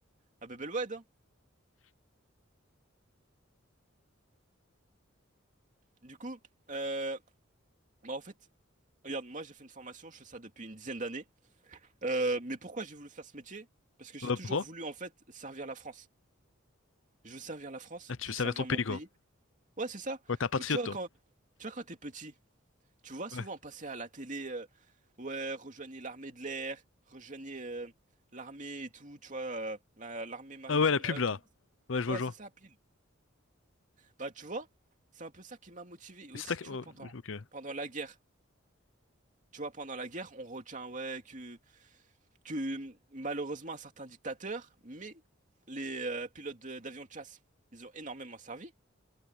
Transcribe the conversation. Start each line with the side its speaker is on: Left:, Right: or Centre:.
Right: à Bebelwed, hein. Du coup, euh, bah en fait, regarde, moi j'ai fait une formation, je fais ça depuis une dizaine d'années. Euh, mais pourquoi j'ai voulu faire ce métier? Parce que j'ai
Left: Bah
Right: toujours
Left: pourquoi?
Right: voulu en fait servir la France. Je veux servir la France,
Left: Ah, tu
Right: je
Left: veux
Right: veux
Left: servir
Right: servir
Left: ton pays,
Right: mon pays.
Left: quoi.
Right: Ouais, c'est ça.
Left: Ouais, t'es un patriote,
Right: Oh, Tu vois
Left: toi.
Right: quand, tu vois quand t'es petit, tu vois souvent
Left: Ouais.
Right: passer à la télé, euh, ouais, rejoignez l'armée de l'air, rejoignez euh, l'armée et tout, tu vois, euh, la- l'armée maritime.
Left: Ah ouais, la pub,
Right: Euh,
Left: là.
Right: comment ça-
Left: Ouais, je
Right: Ouais,
Left: vois, je
Right: c'est
Left: vois.
Right: ça, pile. Bah, tu vois, c'est un peu ça qui m'a motivé. Et aussi,
Left: Et c'est ta...
Right: tu
Left: oh,
Right: vois, pendant,
Left: ok.
Right: pendant la guerre, tu vois, pendant la guerre, on retient, ouais, que, que malheureusement, un certain dictateur, mais les euh, pilotes de- d'avions de chasse, ils ont énormément servi.